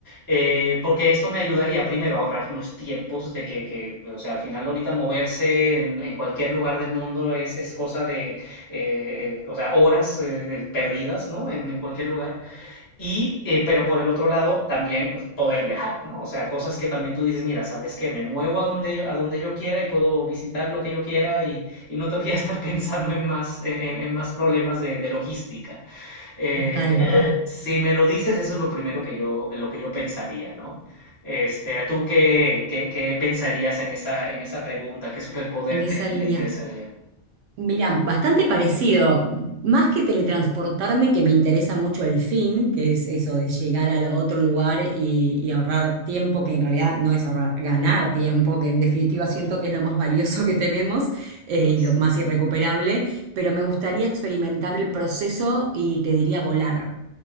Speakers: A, on the left (about 25°); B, on the right (about 85°).
A: Eh, porque esto me ayudaría primero a ahorrar los tiempos de que, que, o sea, al final ahorita moverse en, en cualquier lugar del mundo es, es cosa de, eh, eh, o sea, horas eh, perdidas, ¿no? En, en cualquier lugar. Y, eh, pero por el otro lado, también poder viajar, ¿no? O sea, cosas que también tú dices, mira, ¿sabes qué? Me muevo a donde yo, a donde yo quiera y puedo visitar lo que yo quiera y, y no tengo que <laughs> ya estar pensando en más, en, en- en más problemas de, de logística. Eh,
B: total.
A: si me lo dices, eso es lo primero que yo, lo que yo pensaría, ¿no? Este, ¿tú qué, qué, qué pensarías en esa, en esa pregunta? ¿Qué superpoder
B: en esa
A: te,
B: línea.
A: te interesaría,
B: Mira, bastante parecido. Más que teletransportarme, que me interesa mucho el fin, que es eso de llegar a otro lugar y, y ahorrar tiempo, que en realidad no es ahorrar, ganar tiempo, que en definitiva siento que es lo más valioso que tenemos eh,
A: Lo
B: y
A: es.
B: lo más irrecuperable, pero me gustaría experimentar el proceso y te diría volar